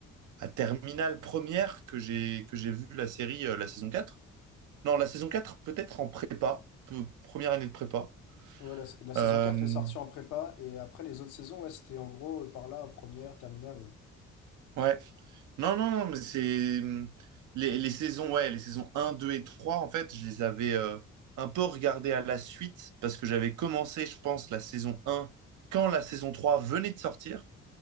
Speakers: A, on the right; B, on the left.
A: à Terminale première que j'ai que j'ai vu la série, euh, la saison 4. Non, la saison 4 peut-être en prépa, peu- première année de prépa.
B: voilà, la, la saison
A: Euh,
B: quatre est sortie en prépa, et après les autres saisons, ouais, c'était en gros euh, par là, première, terminale, ouais.
A: ouais. Non, non, non, mais c'est hum, les, les saisons, ouais, les saisons un 2 et 3 en fait, je les avais euh, un peu regardées à la suite parce que j'avais commencé, je pense, la saison un quand la saison 3 venait de sortir.